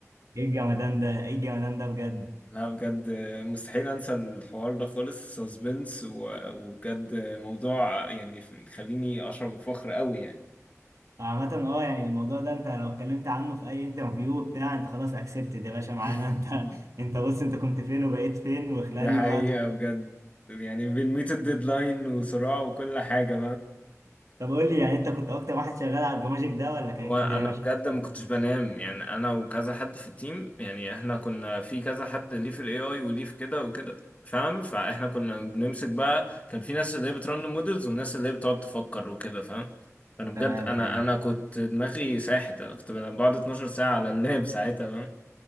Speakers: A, on the right (about 90°); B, on the left (about 25°).
A: ايه الجمدان ده ايه الجمدان ده بجد
B: لا بجد مستحيل انسى الحوار ده خالص سسبنس و- وبجد موضوع يعني يخليني اشعر بفخر قوي يعني
A: عامة اه يعني الموضوع ده انت لو اتكلمت عنه في اي انترفيو بتاع انت خلاص اكسبتد يا باشا معانا
B: <laughs>
A: <laughs> انت انت بص انت كنت فين وبقيت فين وخلال
B: دي
A: الوقت
B: حقيقة بجد يعني بنميت الديدلاين وصراع وكل حاجة
A: طب قول لي يعني انت كنت اكتر واحد شغال على البروجكت ده ولا كانت
B: وانا
A: الدنيا ماشية
B: بجد ما
A: إزاي؟
B: كنتش بنام يعني انا وكذا حد في التيم يعني احنا كنا في كذا حد ليه في الاي اي وليه في كده وكده فاهم فاحنا كنا بنمسك بقى كان في ناس اللي هي بترن مودلز والناس اللي هي بتقعد تفكر وكده فاهم فانا بجد
A: تمام
B: انا
A: فهمت
B: انا كنت دماغي ساحت انا كنت بنام بقعد 12 ساعة على اللاب ساعتها فاهم